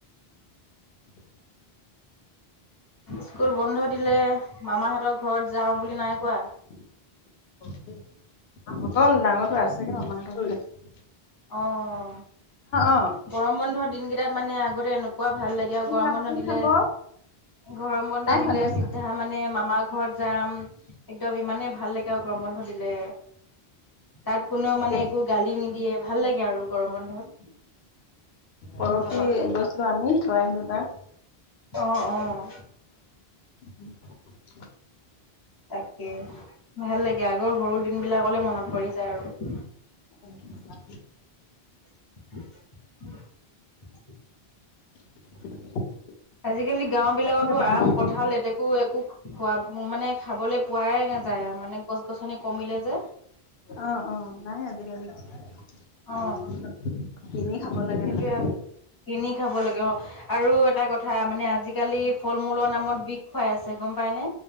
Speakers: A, on the left; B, on the left.
A: <inaudible>
B: স্কুল বন্ধ দিলে মামাহতৰ ঘৰত যাও বুলি নাই কোৱা
A: গল ডাঙৰটো আছেগে মামাহতৰ যৰতে
B: অঁ
A: অ
B: গৰম বন্ধ দিনকেইটাত মানে আগতে এনেকুৱা ভাল লাগে, আৰু
A: সি
B: গৰম
A: খা
B: বন্ধ
A: সি
B: দিলে
A: খাব
B: ঘৰম বন্ধ
A: নাই খোৱা
B: দিলে
A: নাই খোৱা
B: চিধা মান নে মামাৰ ঘৰত যাম একদম ইমানে ভাল লাগে আউ গৰম বন্ধ দিলে। তাত কোনেও
A: তাকে
B: মানে একো গালি নিদিয়ে ভাল লাগে আৰু গৰম বন্ধত।
A: পৰহি
B: অ',
A: গৈছিলোঁ আমি থৈ আহিলো তাক।
B: অ', অ'।
A: উম'। <unintelligible>
B: তাকে ভাল লাগে, আগৰ সৰু দিন বিলাকলে মনত পৰি যায় আৰু।
A: <inaudible>
B: <inaudible> <inaudible>
A: <inaudible>
B: আজিকালি গাঁও বিলাকতো
A: চব্জিহে বনাবা
B: আম,
A: এতিয়া?
B: কঁঠাল, লেটেকো একো হোৱাপ মানে খাবলে পোৱাই নাযায় মানে গছ গছনি কমিলে যে।
A: অ', অ' নাই আজিকালি গাঁৱতো
B: অ
A: কিনি খাব লাগে
B: সেইটোয়ে
A: খালে।
B: কিনি খাব লাগে অ'। আৰু এটা কথা মানে আজিকালি ফল মূলৰ নামত বিষ খুৱাই আছে গম পাই নে?